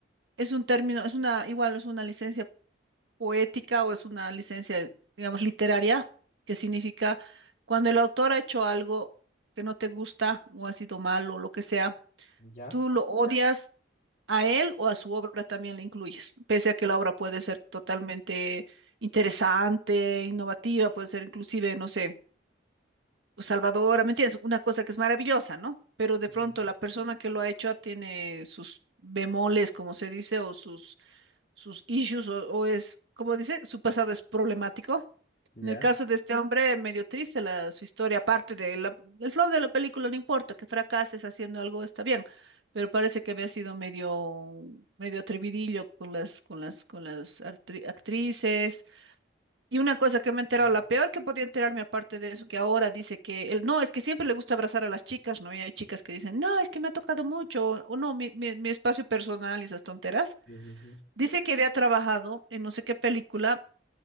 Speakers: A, on the right; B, on the left.
A: Es un término, es una, igual es una licencia poética o es una licencia, digamos, literaria, que significa cuando el autor ha hecho algo que no te gusta o ha sido malo o lo que sea,
B: ya,
A: tú lo odias, a él o a su obra también le incluyes, pese a que la obra puede ser totalmente interesante, innovativa, puede ser inclusive, no sé, salvadora, ¿me entiendes? Una cosa que es maravillosa, ¿no? Pero de
B: Sí,
A: pronto la persona que lo ha hecho tiene sus bemoles, como se dice, o sus sus issues o, o es, como dice, su pasado es problemático.
B: ya.
A: En el caso de este Ujú. hombre, medio triste la, su historia, aparte del flop de la película, no importa, que fracases haciendo algo está bien, pero parece que había sido medio, medio atrevidillo con las, con las, con las artri- actrices. Y una cosa que me he enterado,
B: sí,
A: la peor que podía enterarme aparte de eso, que ahora dice que él, no, es que siempre le gusta abrazar a las chicas, ¿no? Y hay chicas que dicen, no, es que me ha tocado mucho, o no, mi, mi, mi espacio personal y esas tonteras.
B: Sí, sí, sí.
A: Dice que había trabajado en no sé qué película,